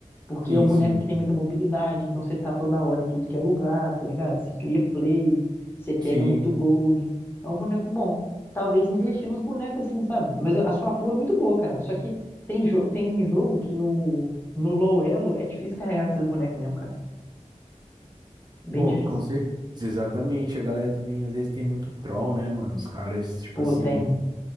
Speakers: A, on the left (about 15°); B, on the right (about 35°).
A: Porque
B: Sim,
A: é um boneco
B: sim.
A: que tem muita mobilidade, então você tá toda hora em tudo que é lugar, tá ligado? Você cria play, você pega
B: Sim.
A: muito gold. É um boneco bom. Talvez investir nos bonecos assim, sabe? Mas a sua pool é muito boa, cara. Só que tem, jo tem jogo que no, no low elo é difícil carregar com esses bonecos mesmo, cara. Bem
B: Pô,
A: difícil.
B: com certeza, exatamente. A galera também às vezes tem muito troll, né, mano? Os caras, tipo
A: Pô,
B: assim
A: tem.